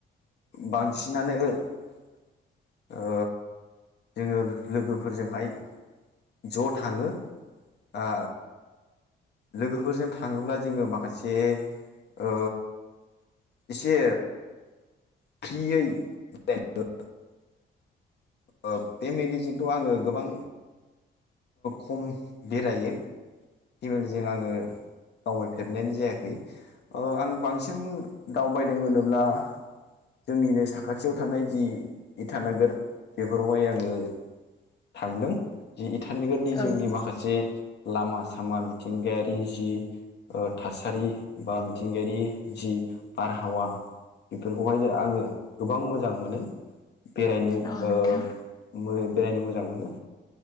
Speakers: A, on the left; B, on the left.
A: बांसिनानो ओ जोङो लोगोफोरजोंहाय ज' थाङो ओ लोगोफोरजों थाङोब्ला जोङो माखासे ओ एसे फ्रियै <unintelligible> ओ फेमिलिजोंथ' आङो गोबां खम बेरायो फेमिलिजों आङो दावबायफेरनायानो जायाखै ओ आं बांसिन दावबायदों होनोब्ला जोंनिनो साखाथियाव थानाय जि इटानोगोर बेफोरावहाय आङो थांदों जे इटान नोगोरनि जोंनि
B: उम
A: माखासे लामा सामा मिथिंगायारि जि थासारि बा मिथिंगायारि जि बारहावा बेफोरखौहाय आङो गोबां मोजां मोनो बेरायनो
B: औ
A: ओ
B: नोंथां
A: बेरायनो मोजां मोनो